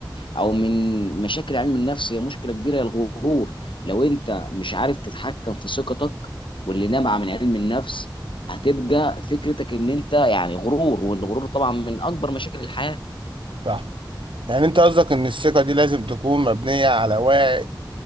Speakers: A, on the left; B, on the right.
A: أو من مشاكل علم النفس هي مشكلة كبيرة هي الغرور لو أنت مش عارف تتحكم في ثقتك واللي نابعة من علم النفس هتبقى فكرتك ان انت يعني غرور والغرور طبعا من اكبر مشاكل الحياه
B: صح يعني أنت قصدك إن الثقة دي لازم تكون مبنية على وعي